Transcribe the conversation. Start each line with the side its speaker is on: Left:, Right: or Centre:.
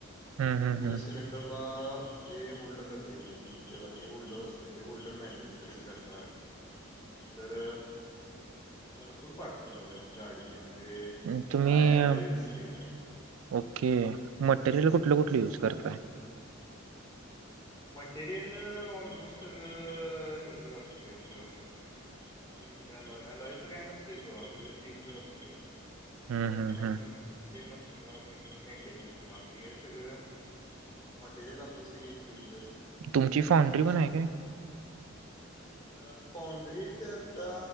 Right: हम्म हम्म
Left: ते
Right: हम्म
Left: सिलेंडरला जे होल्ड करते जे होल्डर असते ते होल्डर मॅगरेटिंग करतात तर भरपूर पार्टस बनवतात गाडीचे म्हणजे
Right: हम्म तुम्ही
Left: टायलॉ
Right: अ,
Left: विल्सची
Right: ओके मटेरियल कुठलं कुठलं युज करताय
Left: मटेरियल ऑलमोस्ट सगळं हेच च असतय आपलं चीन ला लोयाला इथं काय नसत ते सोळा सगळे स्टीलच असते
Right: हम्म
Left: उडन
Right: हम्म
Left: ला
Right: हम्म
Left: जे फक्त मशीन ला मेंटेन्स ला हे सगळ मटेरियल आपले सगळे स्टील
Right: तुमची फाउंड्री पण आहे काय
Left: अ फोंन्ड्री तर आता